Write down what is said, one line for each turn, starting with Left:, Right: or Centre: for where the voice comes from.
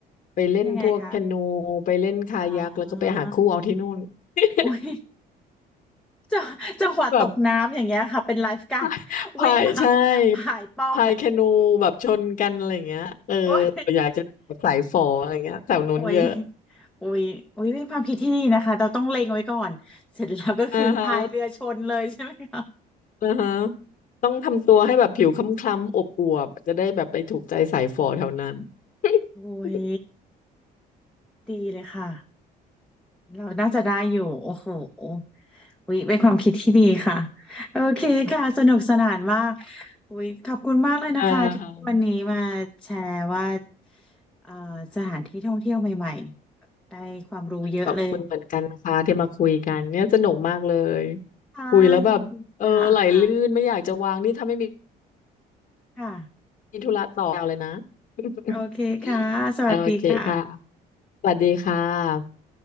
Left: ไปเล่นพวกแคนู
Centre: ยังไงคะ
Left: ไปเล่นคายักแล้วก็ไปหาคู่เอาที่นู่น
Centre: อ๋อ
Left: <laughs>
Centre: อุ้ยจังจังหวะตกน้ำอย่างเงี้ยค่ะเป็นไลฟ์การ์ด
Left: แบบพายพายใช่
Centre: วิ่งมา <laughs> ผายปอด
Left: พายแคนูแบบชนกันอะไรอย่างเงี้ยเออ
Centre: โอ้ย
Left: อยากจะแสายฝออะไรเงี้ยแถวนู้นเยอะ
Centre: โอ้ยโอ้ยโอ้ยเป็นความคิดที่ดีนะคะเราต้องเล็งไว้ก่อนเสร็จแล้วก็คือพายเรือชนเลยใช่ไหมคะ
Left: อ่าฮะ อ่าฮะต้องทำตัวให้แบบผิวคล้ำๆอบอวบจะได้แบบไปถูกใจสายฝอแถวนั้น
Centre: โอ้ย
Left: <laughs>
Centre: ดีเลยค่ะเราน่าจะได้อยู่โอ้โหโอ้ยเป็นความคิดที่ดีค่ะโอเคค่ะสนุกสนานมากโอ้ยขอบคุณมากเลยนะคะที่วันนี้มาแชร์ว่า
Left: เออ
Centre: เอ่อสถานที่ท่องเที่ยวใหม่ๆได้ความรู้เยอะเลย
Left: ขอบคุณเหมือนกันนะคะที่มาคุยกันเนี่ยสนุกมากเลย
Centre: ค่ะยินดีค่ะ
Left: คุยแล้วแบบเออไหลลื่นไม่อยากจะวางนี่ถ้าไม่มี
Centre: ค่ะ
Left: ธุระต่อเอาเลยนะ <laughs>
Centre: โอเคค่ะสวัสดีค่ะ
Left: โอเคค่ะสวัสดีค่ะ